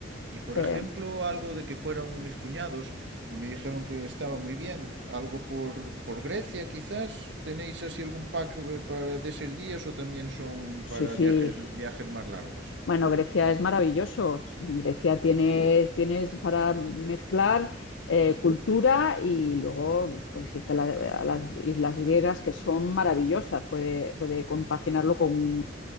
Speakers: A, on the right; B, on the left.
A: Y por
B: Eh,
A: ejemplo, algo de que fueron mis cuñados y me dijeron que estaba muy bien. Algo por, por Grecia, quizás. ¿Tenéis así algún pack eh, para de esos días o también son
B: sí,
A: para
B: sí,
A: viajes, viajes más largos?
B: Bueno, Grecia es maravilloso. Grecia tiene, tienes para mezclar eh, cultura y luego puedes irte a, la- a las islas griegas que son maravillosas. Puede, puede compaginarlo con,